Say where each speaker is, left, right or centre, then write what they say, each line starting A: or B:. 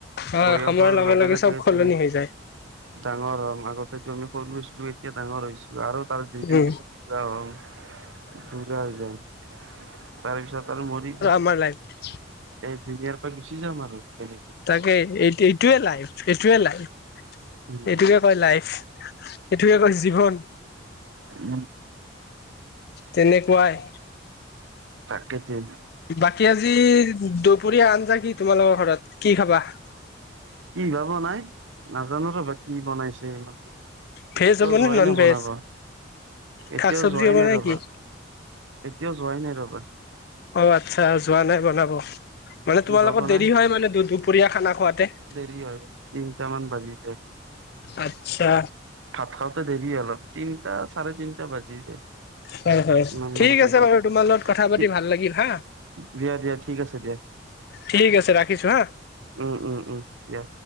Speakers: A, on the left (about 55°); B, on the right (about 80°).
A: হয়
B: বয়সৰ
A: সময়ৰ
B: লগে, লগে
A: চব সলনি
B: তুমি
A: হৈ যায়
B: ডাঙৰ হ'ম আগতেতো আমি সৰু আছিলোঁ এ এতিয়া ডাঙৰ হৈছোঁ আৰু তাৰ দুইদিন
A: উম
B: পিছত বুঢ়া হ'ম বুঢ়া হৈ যাম। তাৰপিছত আৰু মৰি যা
A: আমাৰ লাইফ
B: এই দুনীয়াৰ পৰা গুছি যাম আমাৰ তেনেকেই।
A: তাকেই এইটো-এইটোয়ে লাইফ, এইটোৱে লাইফ।
B: উম,
A: এইটোকে কয় লাইফ, এইটোকে কয় জীৱন।
B: উম।
A: তেনেকুৱাই।
B: তাকেটো।
A: বাকী আজি দুপৰীয়া আঞ্জা কি তোমালোকৰ ঘৰত কি খাবা?
B: কি বা বনাই, নাজানো ৰ'বা কি বনাইছে এইমানে।
A: ভেজ
B: এতিয়াও
A: হ'ব
B: যোৱাই
A: নে নন
B: নাই
A: ভেজ
B: বনাব, এতিয়াও
A: শাক চবজি
B: যোৱাই
A: হ'ব
B: নাই
A: নে
B: ৰ'বা।
A: কি
B: এতিয়াও যোৱাই নাই ৰ'বা।
A: অ', আ আচ্ছা যোৱা নাই বনাব, মানে
B: কি
A: তোমাৰ
B: বা
A: লগত
B: বনাই
A: দেৰি হয়, মানে দু-দুপৰীয়া খানা খোৱাতে।
B: ৰি হয়। তিনিটামান বাজি যায়।
A: আটচ্ছা।
B: ভাত খাওঁতে দেৰি অলপ, তিনটা চাৰে তিনটা বাজি যায়।
A: হয়, হয়,
B: ইমান
A: ঠিক
B: মান হৈ
A: আছে
B: যায়
A: বাৰু তোমাৰ লগত কথা
B: ঠিক
A: পাতি ভাল লাগিল হা।
B: দিয়া, দিয়া ঠিক আছে দিয়া।
A: ঠিক আছে ৰাখিছোঁ হা।
B: উম, উম, উম, দিয়া।